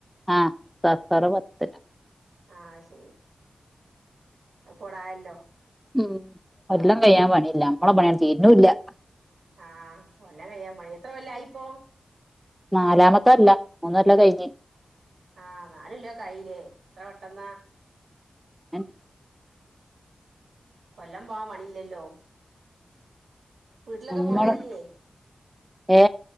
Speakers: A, in the centre; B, on the right (about 85°).
A: ആഹ സഫർ പത്തു
B: ആഹ ശരി അത് പ്പാടായല്ലോ
A: ഉം എല്ലാം കഴിയാൻ പണിയില്ല നമ്മളെ പണിയാൻഡ് തീരുണുള്ള
B: ആഹ് കൊല്ലം കഴിയാ പണിയില്ല എത്ര കൊല്ല ആയിപ്പോ
A: നാലാമത്ത കൊല്ല മൂന്നല്ലാം കഴിഞ്ഞ് ഇപ്പൊ
B: ആഹ് നാൽ കൊല്ലം ആയിലെ എത്ര പെട്ടന്നാ
A: ഉം
B: കൊല്ലം പോവാൻ പണിയില്ലല്ലോ വീട്ടിലൊക്കെ
A: നമ്മളും
B: പോവലില്ലേ
A: ഏ